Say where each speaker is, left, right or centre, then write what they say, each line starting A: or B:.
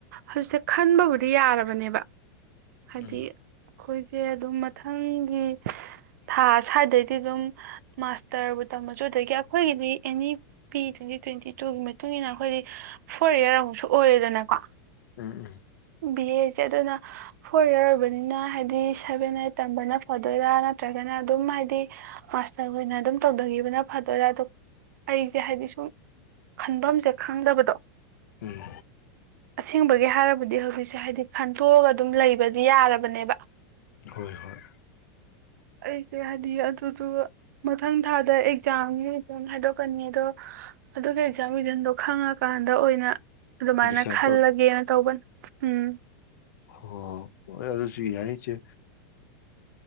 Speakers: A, on the right; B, on the left.
A: ꯍꯧꯖꯤꯛ ꯈꯟꯕꯕꯨꯗꯤ ꯌꯥꯔꯕꯅꯦꯕ ꯍꯥꯏꯗꯤ
B: ꯎꯝ
A: ꯑꯩꯈꯣꯏꯁꯦ ꯑꯗꯨꯝ ꯃꯊꯪꯒꯤ ꯊꯥ ꯁ꯭ꯋꯥꯏꯗꯩꯗꯤ ꯑꯗꯨꯝ ꯃꯥꯁꯇꯔꯕꯨ ꯇꯝꯃꯁꯨ ꯑꯗꯒꯤ ꯑꯩꯈꯣꯏꯒꯤꯗꯤ ꯑꯦꯅꯤ ꯄꯤ ꯇ꯭ꯋꯦꯟꯇꯤ ꯇ꯭ꯋꯦꯟꯇꯤ ꯇꯨꯒꯤ ꯃꯇꯨꯡ ꯃꯇꯨꯡꯏꯟꯅ ꯑꯩꯈꯣꯏꯗꯤ ꯐꯣꯔ ꯏꯌꯥꯔ ꯑꯃꯨꯛꯁꯨ ꯑꯣꯏꯔꯦꯗꯅꯀꯣ
B: ꯎꯝ ꯎꯝ
A: ꯕꯤ ꯑꯦꯁꯦ ꯑꯗꯨꯅ ꯐꯣꯔ ꯏꯌꯥꯔ ꯑꯣꯏꯕꯅꯤꯅ ꯍꯥꯏꯗꯤ ꯁꯚꯦꯟ ꯑꯥꯏꯠ ꯇꯝꯕꯅ ꯐꯗꯣꯏꯔꯥ ꯅꯠꯇ꯭ꯔꯒꯅ ꯑꯗꯨꯝ ꯍꯥꯏꯗꯤ ꯃꯥꯁꯇꯔ ꯑꯣꯏꯅ ꯑꯗꯨꯝ ꯇꯧꯗꯒꯤꯕꯅ ꯐꯗꯣꯏꯔꯥ ꯑꯗꯨ ꯑꯩꯁꯦ ꯍꯥꯏꯗꯤ ꯁꯨꯝ ꯈꯟꯐꯝꯁꯦ ꯈꯪꯗꯕꯗꯣ
B: ꯎꯝ
A: ꯑꯁꯦꯡꯕꯒꯤ ꯍꯥꯏꯔꯕꯗꯤ ꯍꯧꯖꯤꯛꯁꯦ ꯍꯥꯏꯗꯤ ꯈꯟꯇꯣꯛꯑꯒ ꯑꯗꯨꯝ ꯂꯩꯕꯗꯤ ꯌꯥꯔꯕꯅꯦꯕ
B: ꯍꯣꯏ ꯍꯣꯏ
A: ꯑꯩꯁꯦ ꯍꯥꯏꯗꯤ ꯑꯗꯨꯗꯣ ꯃꯊꯪ ꯊꯥꯗ ꯑꯦꯛꯖꯥꯝꯒꯤ ꯔꯤꯖꯝ ꯍꯥꯏꯗꯣꯛ ꯊꯣꯛꯀꯅꯤ ꯑꯗꯣ ꯑꯗꯨꯒꯤ ꯑꯦꯛꯖꯥꯝ ꯔꯤꯖꯟꯗꯣ ꯈꯪꯉꯀꯥꯟꯗ ꯑꯣꯏꯅ ꯑꯗꯨꯃꯥꯏꯅ
B: ꯗꯤꯁꯥꯏꯠ
A: ꯈꯜꯂꯒꯦꯅ ꯇꯧꯕꯅꯦ ꯎꯝ
B: ꯍꯣ ꯑꯣ ꯑꯗꯨꯁꯨ ꯌꯥꯏ ꯏꯆꯦ